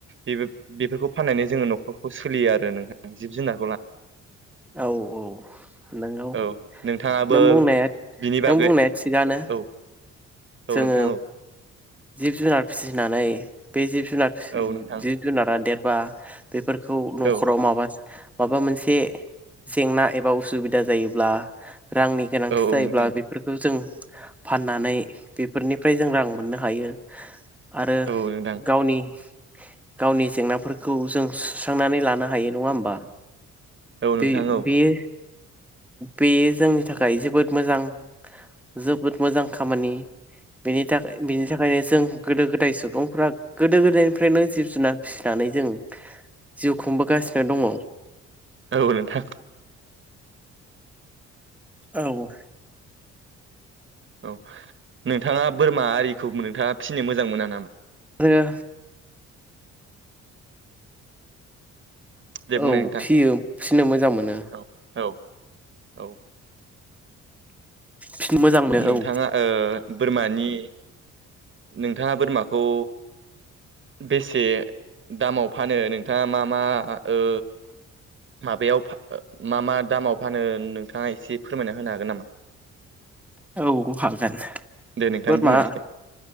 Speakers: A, on the right; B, in the centre.
A: बेबो बेफोरखौ फाननानै जोङो न'खरखौ सोलियो आरो नोंथां जिब जुनार
B: औ औ। नोंगौ
A: औ नोंथाङाबो
B: नों बुंनाया
A: बिनि बागै
B: नों बुंनाया थिगानो।
A: औ औ
B: जोङो
A: नोंथां औ।
B: जिब जुनार फिसिनानै बे जिब जुनार फिसि
A: औ नोंथां
B: जिब जुनारा देरबा बेफोरखौ न'खराव
A: औ
B: माबा माबा मोनसे जेंना एबा उसुबिदा जायोब्ला रांनि गोनांथि
A: औ
B: जायोब्ला
A: औ नोंथां
B: बेफोरखौ जों फाननानै बेफोरनिफ्राय जों रां मोननो हायो। आरो
A: औ नोंथां
B: गावनि गावनि जेंनाफोरखौ जों सुस्रांनानै लानो हायो नङा होमबा?
A: औ
B: बे
A: नोंथां औ
B: बेयो बे जोंनि थाखाय जोबोद मोजां जोबोद मोजां खामानि। बेनि थाखाय बिनि थाखायनो जों गोदो गोदाय सुबुंफ्रा गोदो गोदायनिफ्रायनो जिब जुनार फिसि नानै जों जिउ खुंबोगासिनो दङ'।
A: औ नोंथां।
B: औ।
A: औ नोंथाङा बोरमा आरिखौ नोंथाङा फिसिनो मोजां मोना नामा?
B: आरो
A: दे बुंनाय
B: औ
A: नोंथां
B: फियो फिनो मोजां मोनो।
A: औ औ औ।
B: फिनो मोजां मोनो
A: नोंथाङा
B: औ।
A: ओ बोरमानि नोंथाङा बोरमाखौ बेसे दामाव फानो नोंथाङा मा मा ओ माबायाव फा मा मा दामाव फानो नोंथाङा एसे फोरमायना होनो हागोन नामा?
B: औ हागोन,
A: दे नोंथां
B: बोरमा
A: बुंनायसै